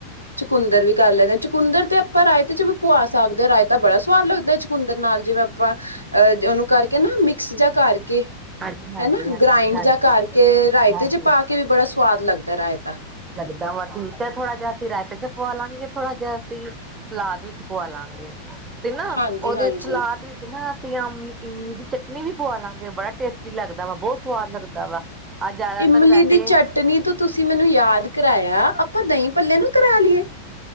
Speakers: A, on the right; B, on the right.
A: ਚਕੁੰਦਰ ਵੀ ਕਰ ਲੈਂਦੇ ਹਾਂ ਚਕੁੰਦਰ ਤੇ ਆਪਾਂ ਰਾਈਤੇ ਚ ਵੀ ਪੁਆ ਸਕਦੇ ਹਾਂ ਰਾਈਤੇ ਬੜਾ ਸੁਵਾਦ ਲੱਗਦਾ ਚਕੁੰਦਰ ਨਾਲ ਜਿਵੇਂ, ਆਪਾਂ ਅਹ ਉਹਨੂੰ ਕਰਕੇ ਨਾ ਮਿਕਸ ਜਾਂ ਕਰਕੇ,
B: ਹਾਂਜੀ ਹਾਂਜੀ
A: ਹੈ ਨਾ
B: ਹਾਂਜੀ
A: ਗ੍ਰਾਇੰਡ
B: ਹਾਂਜੀ
A: ਜਾ ਕਰਕੇ ਰਾਇਤੇ
B: ਹਾਂਜੀ
A: ਚ ਪਾ ਕੇ ਵੀ ਬੜਾ ਸਵਾਦ ਲੱਗਦਾ ਰਾਇਤਾ,
B: ਦਵਾਂ ਠੀਕ ਹੈ, ਥੋੜ੍ਹਾ ਜਿਹਾ ਅਸੀਂ ਰਾਇਤੇ ਚ ਪੁਆ ਲਾਂਗੇ ਥੋੜਾ ਜਿਹਾ ਅਸੀਂ ਸਲਾਦ ਵਿੱਚ ਪੁਆ ਲਾਂਗੇ। ਤੇ ਨਾ
A: ਹਾਂਜੀ
B: ਉਹਦੇ
A: ਹਾਂਜੀ
B: ਸਲਾਦ ਵਿੱਚ ਨਾ ਅਸੀਂ ਆਮ ਇਮਲੀ ਦੀ ਚਟਨੀ ਵੀ ਪਵਾਲਾਂਗੇ ਬੜਾ ਟੇਸਟੀ ਲੱਗਦਾ ਵਾ, ਬਹੁਤ ਸਵਾਦ ਲੱਗਦਾ ਵਾ। ਅੱਜ ਜ਼ਿਆਦਾਤਰ
A: ਇਮਲੀ
B: ਵੈਸੇ
A: ਦੀ ਚਟਨੀ ਤੋਂ ਤੁਸੀਂ ਮੈਨੂੰ ਯਾਦ ਕਰਾਇਆ, ਆਪਾਂ ਦਹੀਂ ਭੱਲੇ ਨੂੰ ਕਰਾ ਆਲੀਏ।